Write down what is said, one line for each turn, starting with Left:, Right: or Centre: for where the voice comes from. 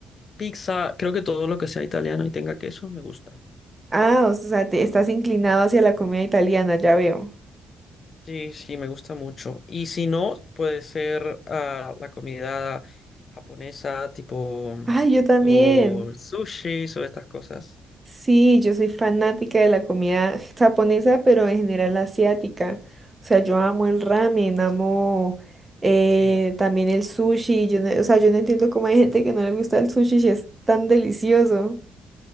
Left: pizza, creo que todo lo que sea italiano y tenga queso me gusta.
Right: Ah, o sea, te estás inclinado hacia la comida italiana, ya veo.
Left: Sí, sí, me gusta mucho. Y si no, puede ser ah, la comida japonesa, tipo,
Right: Ay, yo
Left: tipo
Right: también.
Left: sushi o estas cosas.
Right: Sí, yo soy fanática de la comida japonesa, pero en general asiática. O sea, yo amo el ramen, amo eh,
Left: Sí,
Right: también el sushi. Yo no- o sea, yo no entiendo cómo hay gente que no le gusta el sushi si es tan delicioso.